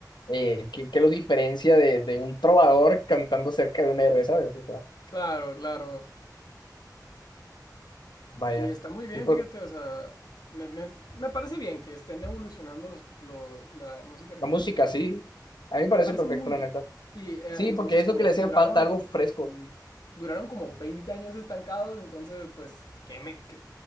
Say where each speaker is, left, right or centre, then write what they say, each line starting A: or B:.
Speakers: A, on the left (about 85°); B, on the left (about 65°).
A: Eh, ¿qué, qué lo diferencia de, de un trovador cantando cerca de un héroe, ¿sabes? O sea,
B: Claro, claro.
A: vaya.
B: Y está muy bien,
A: Y pues,
B: fíjate, o sea, me, me- me parece bien que estén evolucionando los, lo- la música regional
A: la música,
B: mexicana.
A: sí. A
B: Sí,
A: mí me parece
B: Me parece
A: perfecto,
B: muy
A: la
B: bien.
A: neta.
B: Sí, eh,
A: Sí,
B: entonces
A: porque es
B: como
A: lo que le hacía
B: duraron,
A: falta, algo fresco.
B: sí, duraron como 20 años estancados, entonces pues, que me, que-